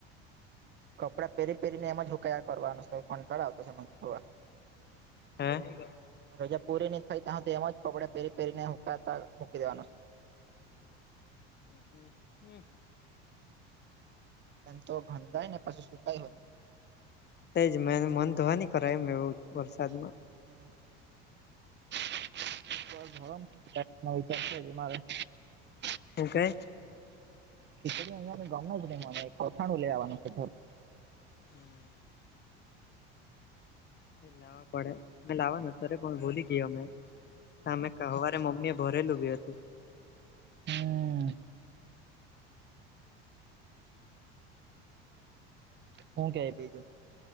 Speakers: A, on the right (about 35°); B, on the left (about 30°).
A: કપડા પહેરી પહેરીને એમ જ હૂકાયા કરવાનું કંટાળ આવતો મ થવા.
B: હે!
A: રજા પૂરી નહીં થાય ત તો એમ જ કપડે પહેરી પહેરીને હકાતા મૂકી દેવાનું છે.
B: હ હ હ! <unintelligible>
A: એમ તો ગંધાય ને પછી સુકાય હોય ને.
B: એજ મે મન ધોવા ન કર એમ એવું. વરસાદમાં
A: <inaudible> <inaudible>
B: હું કેય?
A: ખીચડી અહિયાં તો ગમે જ નહી મને અથાનું લે લવાનું છે.
B: હમ! <unintelligible> લાવવા પડે મેં લાવવા નતો અ કોણ ભૂલી ગયો મેં તમે કહરે મમ્મ. ભરેલું બી હતું.
A: હમ શું કેય છે.